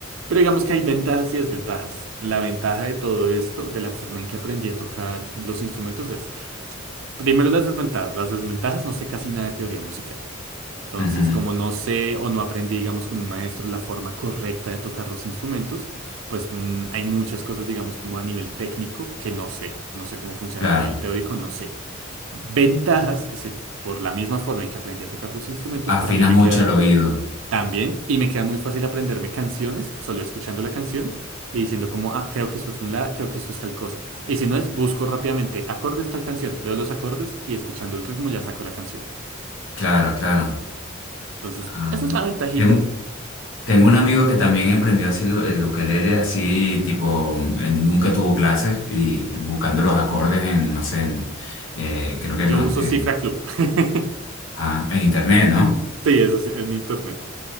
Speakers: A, on the right; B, on the left.
A: Pero digamos que hay ventajas y desventajas. La ventaja de todo esto, de la forma en que aprendí a tocar los instrumentos, es primero las desventajas. Las desventajas no sé casi nada de teoría musical. Entonces,
B: ujú,
A: como no sé o no aprendí, digamos, con un maestro la forma correcta de tocar los instrumentos, pues mm, hay muchas cosas, digamos, como a nivel técnico que no sé. No sé cómo funciona
B: Claro.
A: a nivel teórico, no sé. Ventajas, es decir, por la misma forma en que aprendí a tocar los instrumentos,
B: Afinas
A: para mí me
B: mucho
A: queda
B: el oído.
A: tan bien y me queda muy fácil aprenderme canciones solo escuchando la canción y diciendo como, ah, creo que esto es un la, creo que esto es tal cosa. Y si no es, busco rápidamente acordes tal canción, veo los acordes y escuchando el ritmo ya saco la canción.
B: Claro, claro.
A: Entonces,
B: Ah,
A: esa es la ventajita.
B: tengo- Tengo un amigo que también emprendió así el, el ukelele, así tipo, eh, nunca tuvo clases y buscando los acordes en, no sé, en, eh, creo
A: Yo
B: que no,
A: uso
B: en,
A: Cifra Club. <laughs>
B: ah, en internet, ¿no?
A: Sí, eso sí, es mi internet.